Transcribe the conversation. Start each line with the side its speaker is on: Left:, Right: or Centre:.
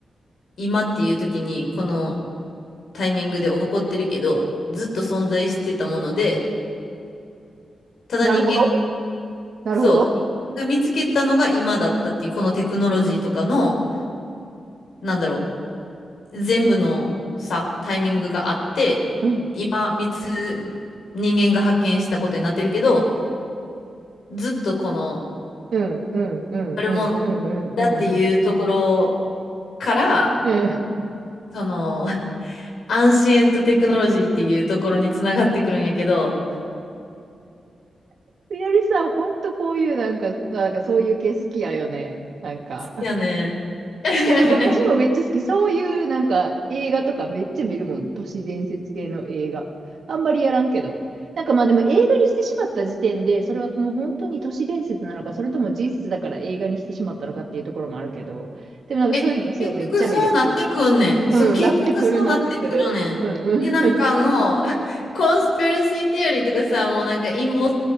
Left: 今っていう時にこのタイミングで起こってるけど、ずっと存在してたもので、ただ人間が、
Right: なるほど。なるほど。
Left: そう、人間が見つけたのが今だったっていう、このテクノロジーとかの、なんだろう、全部のさ、タイミングがあって、
Right: うん。
Left: 今、見つ、人間が発見したことになってるけど、ずっとこの、
Right: うん。うん。うん。
Left: あるものだっていうところ
Right: うん。うん。うん。うん。うん。
Left: から、
Right: うん
Left: その、<laughs> アンシエントテクノロジーっていうところにつながってくるんやけど、
Right: スニオリさん、本当こういうなんかなんかそういう系好きだよね。なんか
Left: いやね。<laughs>
Right: いやでも私もめっちゃ好き。そういうなんか映画とかめっちゃ見るもん。都市伝説系の映画。あんまりやらんけど。なんかまあでも映画にしてしまった時点で、それはともう本当に都市伝説なのかそれとも事実だから映画にしてしまったのかっていうところもあるけど。でもなんかそういうの私はめっちゃ見る。
Left: え、結局そうなってくんねん。そう、
Right: うん。
Left: 結局そうなってくるねん。
Right: なってくるなってくる。うんう
Left: で、なんかあの、
Right: ん。
Left: <laughs> コンスピラシーテオリーとかさ、もうなんか陰謀